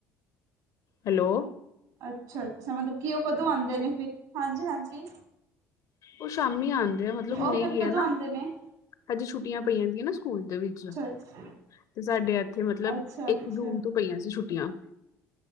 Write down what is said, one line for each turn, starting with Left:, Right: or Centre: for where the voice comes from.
Left: ਹੈਲੋ।
Right: ਅੱਛਾ, ਅੱਛਾ ਮਤਲਬ ਕੀ ਓ ਕਦੋਂ ਆਂਦੇ ਨੇ ਫਿਰ? ਹਾਂਜੀ, ਹਾਂਜੀ।
Left: ਓ ਸ਼ਾਮੀ ਆਂਦੇ ਮਤਲਬ ਹੁਨੇ
Right: ਉਹ ਫਿਰ
Left: ਈ
Right: ਕਦੋਂ
Left: ਹੈ ਨਾ।
Right: ਆਉਂਦੇ ਨੇ
Left: ਹਜੇ ਛੁੱਟੀਆਂ ਪਈਆਂ ਜਾਂਦੀਆਂ ਨਾ ਸੂਕੂਲ ਦੇ ਵਿਚ
Right: <inaudible>
Left: ਤੇ ਸਾਡੇ ਏਥੇ ਮਤਲਬ,
Right: ਅੱਛਾ
Left: ਇਕ
Right: ਅੱਛਾ
Left: ਜੂਨ ਤੋ ਪਈਆਂ ਸੀ ਛੁੱਟੀਆਂ